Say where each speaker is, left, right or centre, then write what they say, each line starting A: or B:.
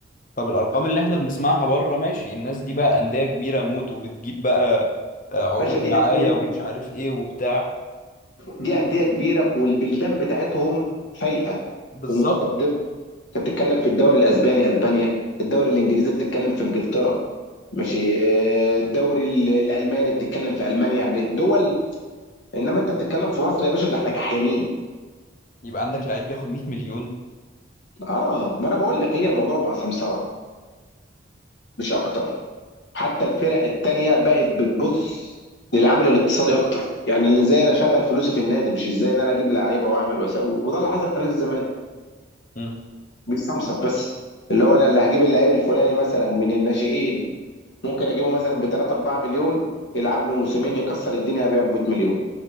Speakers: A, on the left; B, on the left.
A: طب الارقام اللي احنا بنسمعها بره ماشي الناس دي بقى انديه كبيره موت وبتجيب بقى آه، عقود
B: باشا دي
A: رعايه
B: أندية
A: ومش عارف ايه وبتاع
B: دي انديه كبيره والبلدان بتاعتهم فايقه
A: بالظبط
B: ومتقدمه انت بتتكلم في الدوري الاسباني اسبانيا الدوري الانجليزي بتتكلم في انجلترا ماشي آه، الدوري ال- الالماني بتتكلم في المانيا يعني دول انما انت بتتكلم في مصر يا باشا ده احنا كحيانين
A: يبقى عندك لعيب بياخد 100 مليون
B: اه ما انا بقول لك هي الموضوع بقى سمسره مش اكتر حتى الفرق التانيه بقت بتبص للعمل الاقتصادي اكتر يعني اللي ازاي انا اشغل فلوسي في النادي مش ازاي ان انا اجيب لعيبه واعمل واسوي وده اللي حصل في نادي الزمالك
A: مم.
B: بيستمسك بس اللي هو انا اللي هجيب اللعيب الفلاني مثلا من الناشئين ممكن اجيبه مثلا ب 3 4 مليون يلعب له موسمين يكسر الدنيا ابيعه ب 100 مليون